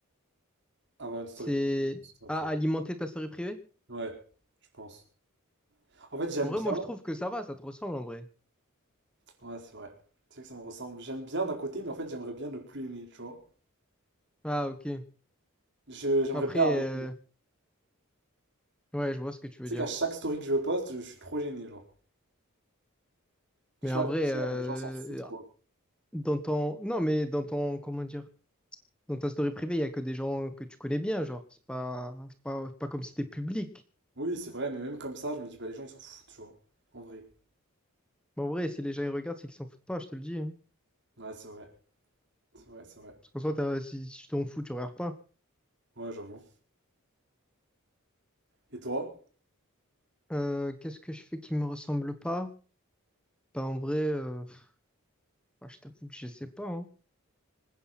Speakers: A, on the right (about 55°); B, in the centre.
A: Avoir une story
B: C'est
A: privée sur Snapchat.
B: à alimenter ta story privée?
A: Ouais, je pense. En fait, j'aime
B: En vrai,
A: bien.
B: moi, je trouve que ça va, ça te ressemble en vrai.
A: Ouais, c'est vrai. Tu sais que ça me ressemble. J'aime bien d'un côté, mais en fait, j'aimerais bien ne plus aimer, tu vois.
B: Ah, ok. Mais
A: Je, j'aimerais
B: Après,
A: bien arrêter.
B: euh,
A: Tu
B: ouais, je vois ce que tu
A: sais
B: veux dire.
A: qu'à chaque story que je poste, je, suis trop gêné, genre. Je
B: Mais
A: sais pas,
B: en vrai,
A: je me dis,
B: euh,
A: euh, les gens s'en foutent, quoi.
B: Dans ton... Non, mais dans ton... Comment dire? Dans ta story privée, il y a que des gens que tu connais bien, genre. C'est pas... c'est pas... c'est pas comme si c'était public.
A: Oui, c'est vrai, mais même comme ça, je me dis, bah, les gens, ils s'en foutent, tu vois. En vrai.
B: Mais en vrai, si les gens ils regardent, c'est qu'ils s'en foutent pas, je te le dis. hein.
A: Ouais, c'est vrai. C'est vrai, c'est vrai.
B: Parce qu'en soi, t'as- si si tu t'en fous, tu regardes pas.
A: Ouais, j'avoue. Et toi?
B: Euh, qu'est-ce que je fais qui me ressemble pas? Bah, en vrai, euh, pff, ah, je t'avoue que je sais pas. hein.